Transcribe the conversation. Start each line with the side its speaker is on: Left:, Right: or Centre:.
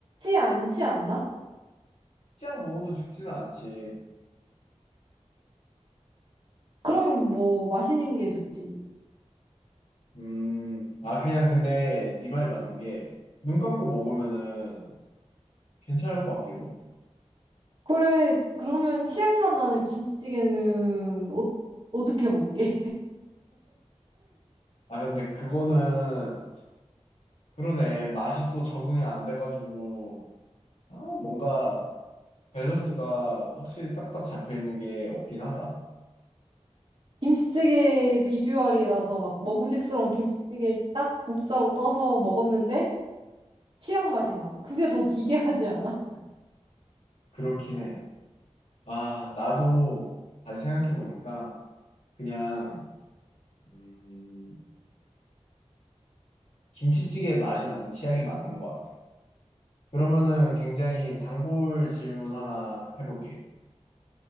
Right: 않지 않나?
Left: 치약 먹어도 죽지는 않지.
Right: 그러면 뭐 맛있는 게 좋지.
Left: 음, 아, 그냥 근데 네 말이 맞는 게 눈 감고 먹으면은 괜찮을 것 같기도?
Right: 그래, 그러면 치약맛 나는 김치찌개는 어, 어떻게 먹게?
Left: 아, 근데 그거는 그러네. 맛이 또 적응이 안 돼가지고 아, 뭔가 밸런스가 확실히 딱딱 잡혀 있는 게 없긴 하다.
Right: <laughs> 김치찌개 비주얼이라서 막 먹음직스러운 김치찌개를 딱 국자로 떠서 먹었는데 치약 맛이 나. 그게 더 기괴하지 않아? <laughs>
Left: 그렇긴 해. 아, 나도 다시 생각해 보니까 그냥 음, 김치찌개 맛이 나는 치약이 맞는 것 같아. 그러면은 굉장히 단골 질문 하나 해볼게.